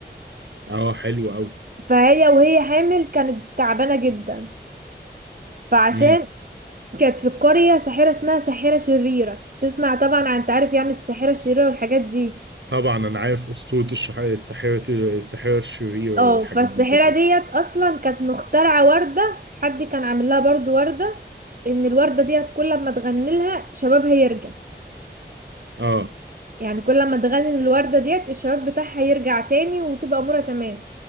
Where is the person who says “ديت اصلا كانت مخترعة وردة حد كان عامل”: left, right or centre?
Right